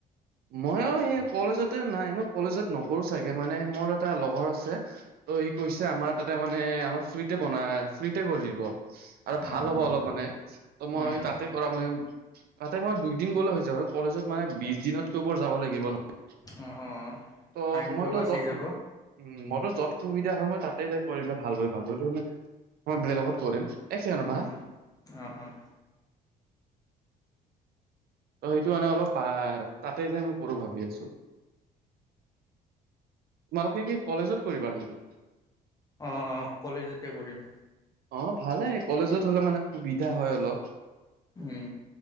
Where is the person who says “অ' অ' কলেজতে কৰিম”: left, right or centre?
Left